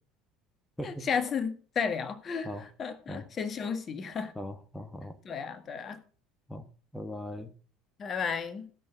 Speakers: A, in the centre; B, on the left (about 35°).
A: <laughs>
B: 下次再聊，<laughs>
A: 好好
B: 先休息。<laughs>
A: 好好好
B: 对啊，对啊，
A: 好，拜拜。
B: 拜拜。